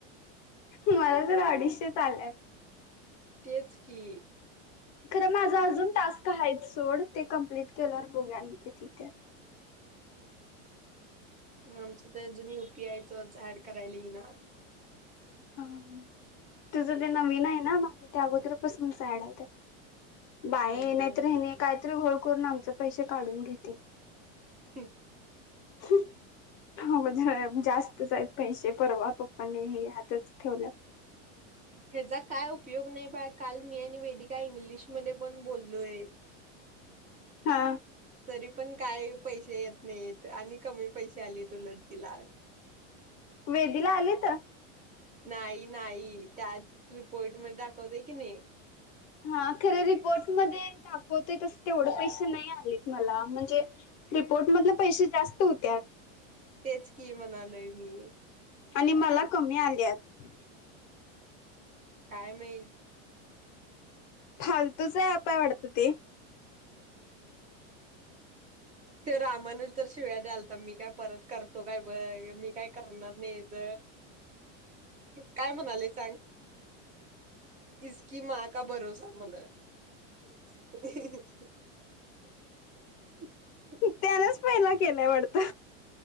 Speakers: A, on the left; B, on the right.
A: मला तर अडीचशे चाल्यात
B: तेच की
A: खरं माझा अजून टास्क हाए सोड ते कंप्लीट केल्यावर बोघ्यानी तिथे
B: आमचं तर अजुून युपीआयचच ऍड करालेइ ना
A: हा तुझं ते नवीन आए ना मग ते अगोदरपसून साडायते बाहे
B: हम्म
A: नाहीते कात्रू हो करून आमचं पैशे काढून घेती
B: हम्
A: हम्म थांब ज जास्तच हाएत पैशे परवा पप्पानी हे हातच ठेवलं
B: ह्याचा काय उपयोग नाही बा काल मी आणि वेदिका इंग्लिशमध्येध्ये पण बोललोय
A: हा
B: तरी पण काइ पैशे येत नाहीेत आणि कमी पैशे आलेत उलट तीला
A: वेदीला आली त
B: नाइ नाइ त्याच रिपोर्ट मधे दाखवतय की नाही
A: हा खरं रिपोर्ट मधे दाखवतव तस तेवढं पैसे नाही आलेत मला म्हणजे रिपोर्ट मधले पैशे जास्त होत्यात.
B: तेच की म्हणालोय मी
A: आणि मला कमी आल्यात
B: कायमईत
A: फालतूचं अँपाय वाटत ते
B: रामानज तर शिव्या द्याल तर मी काय परत करतो काय बघ मी काय करणार नाही ज काय म्हणाले सांग <unintelligible> <unintelligible> <unintelligible> <unintelligible>
A: त्यानच पहिला केलाय वाडतं